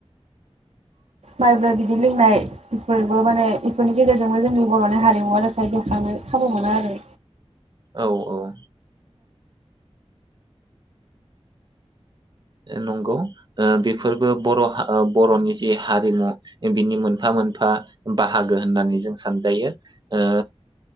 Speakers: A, on the right; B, on the right.
A: माइब्रा बिदै लोंनाय बेफोरबो माने इफोरनि गेजेरजोंनो जोंनि बर'नि हारिमुवा रोखाय बेरखांनो खाबु मोनो आरो
B: औ औ नंगौ ओ बेफोरबो बर'हा बर'नि जि हारिमु बिनि मोनफा मोनफा बाहागो होननानै जों सानजायो ओ